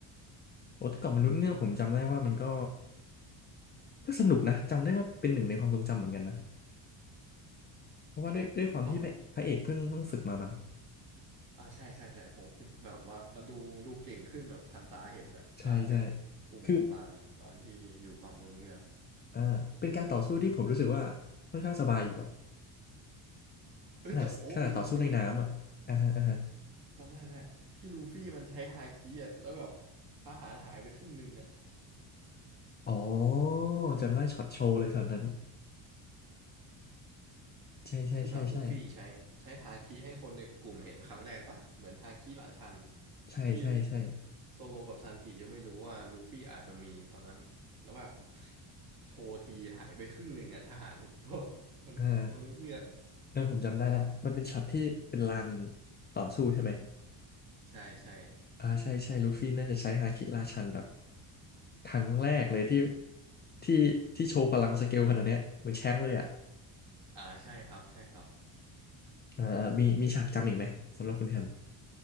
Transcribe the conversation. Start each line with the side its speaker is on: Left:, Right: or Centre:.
Left: โอ้แต่ก่อนมนุษย์เงือกผมจำได้ว่ามันก็ก็สนุกนะจำได้ว่าเป็นหนึ่งในความทรงจำเหมือนกันนะเพราะว่าด้วยด้วยความที่พระพระเอกเพิ่งเพิ่งฝึกมามั้ง
Right: ก็อ่าใช่ใช่ใช่ผมคิดแบบว่ามันดูมันดูเก่งขึ้นแบบทันตาเห็นนะมากเลยกลุ่มหมวกฟางอะตอนที่อยู่เกาะมนุษย์เงือก
Left: ใช่ใช่คือ อ่าเป็นการต่อสู้ที่ผมรู้สึกว่าค่อนข้างสบายอยู่อะ
Right: เอ้ยแต่โอ้มีตอนนึง
Left: ขนาดขนาดต่อสู้ในน้ำอะอ่าฮะอ่าฮะ
Right: จำได้แล้วที่ลูฟี่มันใช้ฮาคิอะแล้วแบบทหารหายไปครึ่งหนึงอะ
Left: อ๋อจำได้ช็อตโชว์เลยช็อตนั้นใช่ใช่ใช่ใช่
Right: ที่แบบลูฟี่ใช้ใช้ฮาคิให้คนในกลุ่มเห็นครั้งแรกปะเหมือนฮาคิราชัน
Left: ใช่ใช่ใช่
Right: ที่โซโลกับซันจิยังไม่รู้ว่าลูฟี่อาจจะมีตอนนั้นแล้วแบบโชว์ทีหายไปครึ่งหนึ่งอะทหารพวกมันมนุษย์เงือกอะ
Left: อ่าเออผมจำได้ละมันเป็นช็อตที่เป็นลานต่อสู้ใช่ไหม
Right: ใช่ใช่
Left: อ่าใช่ใช่ลูฟี่น่าจะใช้ฮาคิราชันแบบครั้งแรกเลยที่ที่ที่โชว์พลังสเกลขนาดเนี้ยเหมือนแช้งเลยอะ
Right: อ่าใช่ครับใช่ครับ
Left: อ่ามีมีฉากจำอีกไหมสำหรับคุณแฮม